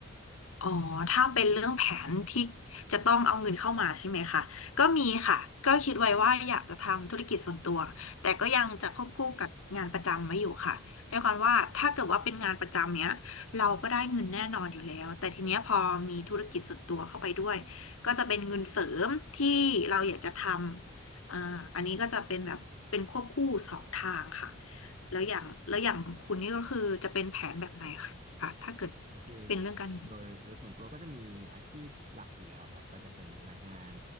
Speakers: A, on the left; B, on the right.
A: อ๋อถ้าเป็นเรื่องแผนที่จะต้องเอาเงินเข้ามาใช่ไหมคะก็มีค่ะ ก็คิดไว้ว่าอยากจะทำธุรกิจส่วนตัว แต่ก็ยังจะควบคู่กับงานประจำไว้อยู่ค่ะด้วยความว่าถ้าเกิดว่าเป็นงานประจำเนี้ยเราก็ได้เงินแน่นอนอยู่แล้วแต่ทีเนี้ยพอมีธุรกิจส่วนตัวเข้าไปด้วยก็จะเป็นเงินเสริมที่เราอยากจะทำอ่าอันนี้ก็จะเป็นแบบเป็นควบคู่สองทางค่ะแล้วอย่างแล้วอย่างคุณนี่ก็คือจะเป็นแผนแบบไหนคะถ้าเกิด
B: ก็คือ
A: เป็นเรื่องการ
B: โดยโดยส่วนตัวก็จะมีอาชีพหลักอยู่แล้วครับก็จะเป็นพนักงาน